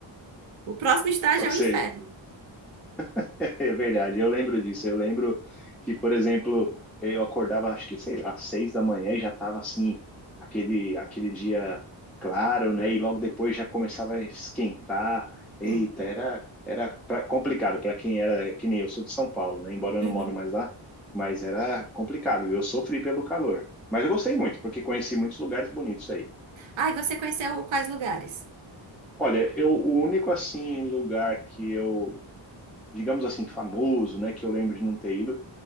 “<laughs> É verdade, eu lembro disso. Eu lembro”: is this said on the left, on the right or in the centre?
Centre